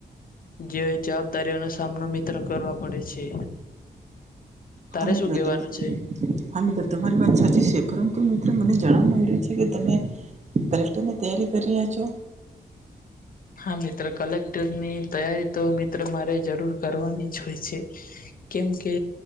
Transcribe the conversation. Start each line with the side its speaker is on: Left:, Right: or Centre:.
Left: જે જવાબદારીઓનો સામનો મિત્ર કરવા પડે છે. તારે
Right: હા મિત્ર
Left: શું કેવાનું
Right: તમે.
Left: છે
Right: હા મિત્ર તમારી વાત સાચી છે પરંતુ મિત્રો મને જાણવાવામાં આવીયું છે કે તમે કલેક્ટર ની તૈયારી કરી રહ્યા છો.
Left: હા મિત્ર કલેક્ટરની તૈયારી તો મિત્ર મારે જરૂર કરવાની જ હોય છે. કેમ કે